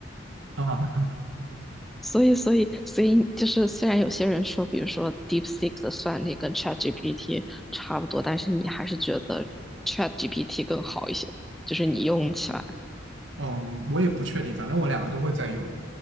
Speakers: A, on the right (about 70°); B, in the centre.
A: <laughs> 啊。
B: 所以，所以，所以就是虽然有些人说，比如说 DeepSeek 的算力跟 ChatGPT 差不多，但是你还是觉得 ChatGPT 更好一些，就是你用起来
A: 嗯，我也不确定，反正我两个都会在用。